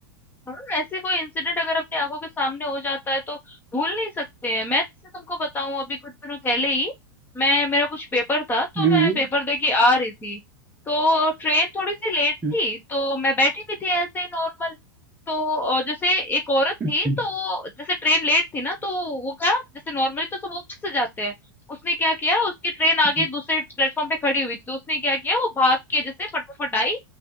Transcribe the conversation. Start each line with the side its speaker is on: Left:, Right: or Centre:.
Left: हाँ, ऐसे कोई इंसिडेंट अगर अपनी आंखों के सामने हो जाता है तो भूल नहीं सकते हैं। मैं जैसे तुमको बताऊं अभी कुछ दिनों पहले ही मैं मेरा कुछ पेपर था तो
Right: हम्म
Left: मैं पेपर दे के आ रही थी तो ट्रेन थोड़ी सी लेट
Right: हम्म,
Left: थी तो मैं बैठी भी थी ऐसे ही नॉर्मल तो अ, जैसे एक औरत
Right: हम्म,
Left: थी
Right: हम्म,
Left: तो जैसे ट्रेन लेट थी ना तो वो क्या जैसे नॉर्मली तो सब ऊपर से जाते हैं उसने क्या किया उसकी ट्रेन आगे
Right: हम्म,
Left: दूसरे प्लेटफॉर्म पे खड़ी हुई थी तो उसने क्या किया वो भाग के जैसे फटाफट आई